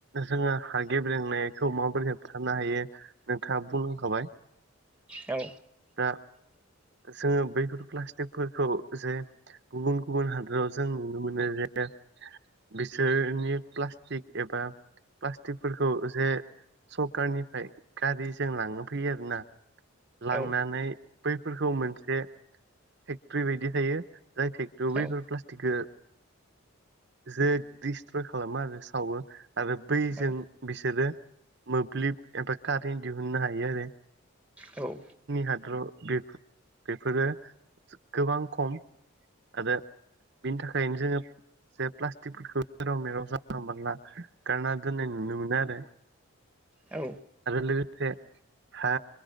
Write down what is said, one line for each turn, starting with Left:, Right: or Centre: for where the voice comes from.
Right: जोङो हा गेब्रेंनायखौ माबोरै होबथानो हायो नोंथाङा बुंलांखाबाय बाय
Centre: औ
Right: दा जोङो बैफोर प्लास्टिकफोरखौ जे गुबुन गुबुन हादोराव जों नुनो मोनो जे बिसोरनि प्लास्टिक एबा प्लास्टिकफोरखौ जे सरखारनिफ्राय गारिजों लांनो फैयो आरोना लांनानै
Centre: औ
Right: बैफोरखौ मोनसे फेक्ट्रि बायदि थायो जाय फेक्ट्रियाव
Centre: औ
Right: बैफोर प्लास्टिकखौ जे दिस्ट्रय खालामो आरो सावो आरो बैजों
Centre: औ
Right: बिसोरो मोब्लिब एबा कारेन्ट दिहुननो हायो आरो
Centre: औ
Right: हाद्र बेफो बेफोरो गोबां खम आरो बिनि थाखायनो जोङो जे प्लास्टिकफोरखौ जेराव मेराव जानला मोनला गारना दोननाय नुनो मोनो आरो
Centre: औ
Right: आरो लो से हा